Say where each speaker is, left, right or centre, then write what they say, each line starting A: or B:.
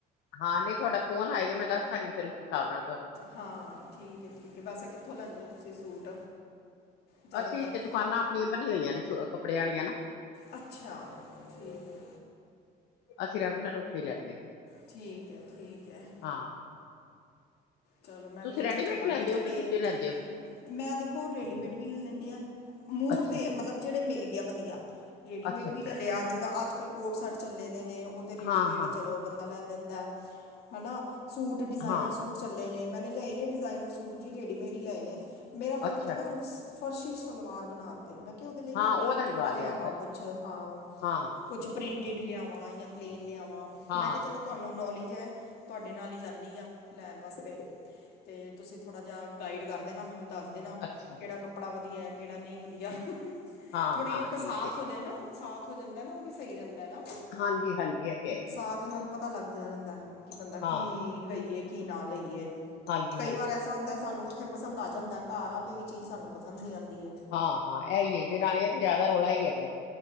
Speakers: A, on the left; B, on the left.
A: ਹਾਂ ਨਹੀਂ ਤੁਹਾਡਾ ਫੋਨ ਆਏਗਾ ਮੈਂ ਦੱਸਾਂਗੀ ਫਿਰ ਉਸ ਹਿਸਾਬ ਨਾਲ ਤੁਹਾਨੂੰ।
B: ਹਾਂ ਠੀਕ ਹੈ- ਠੀਕ ਹੈ, ਵੈਸੇ ਕਿੱਥੋਂ ਲੈਂਦੇ ਹੋ ਤੁਸੀਂ ਸੂਟ। ਜ਼ਿਆਦਾਤਰ
A: ਅਸੀਂ ਇਥੇ ਦੁਕਾਨਾਂ ਆਪਣੀਆਂ ਬਣੀਆਂ ਹੋਈਆਂ ਨੇ ਕੱਪੜੇ ਆਲੀਆਂ ਨਾਂ?
B: ਅੱਛਾ, ਠੀਕ ਹੈ।
A: ਅਸੀਂ ਰੈਗੂਲਰ ਉੱਥੋਂ ਹੀ ਲੈਂਦੇ
B: ਠੀਕ ਹੈ -ਠੀਕ ਹੈ।
A: ਹਾਂ ਹਾਂ
B: ਚਲ ਮੈਂ
A: ਤੁਸੀਂ
B: ਵੀ ਉੱਥੇ
A: ਰੈਡੀਮੇਡ
B: ਹੀ ਚੱਲਾਂਗੀ,
A: ਲੈਂਦੇ
B: ਜਿਹੜੇ।
A: ਹੋ ਕਿ ਦੂਜੇ ਲੈਂਦੇ ਹੋ
B: ਮੈਂ ਦੇਖੋ ਰੇਡੀਮੇਡ ਵੀ ਲੈ ਲੈਂਦੀ ਹਾਂ, ਮੂੜ
A: ਅੱਛਾ,
B: ਤੇ ਮਤਲਬ ਜਿਹੜੇ ਮਿਲ ਗਿਆ ਵਧੀਆ। ਰੇਡੀਮੇਡ
A: ਅੱਛਾ, ਅੱਛਾ
B: ਵੀ ਲਿਆ, ਜਿੱਦਾਂ ਅੱਜ। ਕੋਟ ਸ਼ਟ ਚੱਲੇ ਦੇ ਨੇ ਉਹ ਤਾਂ ਰੇਡੀਮੇਡ
A: ਹਾਂ, ਹਾਂ,
B: ਹੀ ਚਲੋ ਬੰਦਾ ਲੈ ਲੈਂਦਾ ਹਨਾ, ਸੂਟ। ਡਿਜ਼ਾਇਨਰ
A: ਹਾਂ
B: ਸੂਟ ਚੱਲੇ ਨੇ, ਮੈਨੇ ਲਏ ਨੇ ਡਿਜ਼ਾਇਨਰ ਸੂਟ ਵੀ ਰੇਡੀਮੇਡ ਹੀ ਲਏ ਨੇ। ਮੇਰਾ ਮਨ
A: ਅੱਛਾ
B: ਕਰਦਾ ਮੈਂ, ਹੁਣ ਫਰਸ਼ੀ ਸਲਵਾਰ ਬਣਾਉਣ। ਮੈਂ ਕਿਹਾ ਉਹਦੇ ਲਈ
A: ਹਾਂ
B: ਨਾ ਪਲੇਨ
A: ਉਹਦਾ ਰਿਵਾਜ਼
B: ਕੱਪੜਾ ਲਿਆਵਾਂ
A: ਹੈ ਅੱਜ ਕੱਲ
B: ਕੁਛ, ਹਾਂ।
A: ਹਾਂ,
B: ਕੁਛ ਪ੍ਰਿੰਟਿਡ ਲਿਆਵਾਂ ਜਾਂ ਪਲੇਨ ਲਿਆਵਾਂ,
A: ਹਾਂ
B: ਮੈਂ ਕਿਹਾ ਚਲੋ ਤੁਹਾਨੂੰ ਨੌਲੇਜ ਹੈ, ਤੁਹਾਡੇ ਨਾਲ ਹੀ ਜਾਂਦੀ ਹਾਂ। ਲੈਣ ਵਾਸਤੇ, ਤੇ ਤੁਸੀਂ ਥੋੜ੍ਹਾ ਜਿਹਾ ਗਾਈਡ ਕਰ ਦੇਣਾ ਮੈਨੂੰ ਦੱਸ ਦੇਨਾ,
A: ਅੱਛਾ
B: ਕਿਹੜਾ ਕੱਪੜਾ? ਕੱਪੜਾ ਵਧੀਆ ਕਿਹੜਾ, ਨਹੀਂ ਵਧੀਆ,
A: ਹਾਂ,
B: ਥੋੜੀ
A: ਹਾਂ
B: ਇੱਕ
A: ਠੀਕ
B: ਸਾਥ
A: ਹੈ
B: ਹੋ ਜਾਏ ਨਾ। ਸਾਥ ਹੋ ਜਾਂਦਾ ਨਾ, ਉਹ ਵੀ ਸਹੀ ਰਹਿੰਦਾ ਨਾ।
A: ਹਾਂਜੀ- ਹਾਂਜੀ ਇਹ ਤੇ ਹੈ ਹੀ ਏ
B: ਹਥ ਨਾਲ ਪਤਾ ਲੱਗ ਜਾ ਰਹਿੰਦਾ, ਕਿ ਬੰਦਾ
A: ਹਾਂ,
B: ਕੀ ਲਈਏ, ਕੀ ਨਾ ਲਈਏ।
A: ਹਾਂਜੀ,
B: ਕਈ
A: ਹਾਂਜੀ
B: ਵਾਰ ਐਸਾ ਹੁੰਦਾ, ਸਾਨੂੰ ਉੱਥੇ ਪਸੰਦ ਆ ਜਾਂਦਾ ਘਰ ਆ ਕੇ ਵੀ ਉਹੀ ਚੀਜ਼ ਸਾਨੂੰ ਪਸੰਦ ਨਹੀਂ ਆਉਂਦੀ ਹੈ।
A: ਹਾਂ-ਹਾਂ, ਇਹ ਹੀ ਹੈ। ਰਾਣੀਆਂ ਤੇ ਜ਼ਿਆਦਾ ਰੌਲਾ ਹੀ ਹੈਗਾ।